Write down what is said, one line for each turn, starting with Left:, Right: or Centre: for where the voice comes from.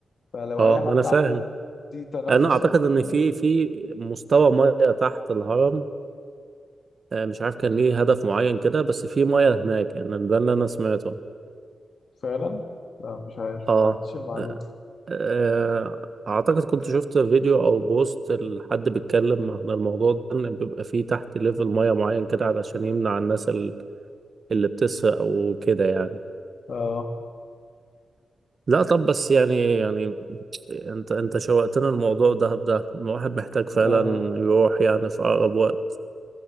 Left: فلو
Right: اه
Left: اي حد
Right: ما انا فاهم
Left: عنده ضيق تنفس
Right: انا اعتقد
Left: او
Right: ان
Left: كده
Right: في في مستوى مياه تحت الهرم آه، مش عارف كان ليه هدف معين كده بس في مياه هناك يعني ده اللي انا سمعته
Left: فعلا لا مش عارف
Right: اه
Left: ما عنديش المعلومة
Right: آه، اعتقد كنت شفت فيديو او بوست لحد بيتكلم عن الموضوع ده ان بيبقى فيه تحت ليفل ميه معين كده علشان يمنع الناس ال- اللي بتسرق وكده يعني
Left: اه
Right: لا طب بس يعني يعني انت انت شوقتنا الموضوع ده ده الواحد محتاج فعلا
Left: اه
Right: يروح يعني في اقرب وقت